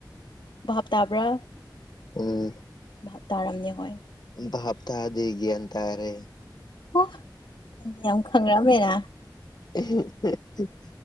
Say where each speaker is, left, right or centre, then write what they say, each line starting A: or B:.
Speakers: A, on the left (about 85°); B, on the left (about 60°).
A: ꯚꯥꯞ ꯇꯥꯕ꯭ꯔꯥ
B: ꯎꯝ
A: ꯚꯥꯞ ꯇꯥꯔꯝꯅꯦ ꯍꯣꯏ
B: ꯚꯥꯞꯇꯗꯦ ꯒꯤꯌꯟꯇꯥꯔꯦ
A: ꯑꯣ ꯌꯥꯝ ꯈꯪꯑꯝꯃꯦꯅ
B: <unintelligible>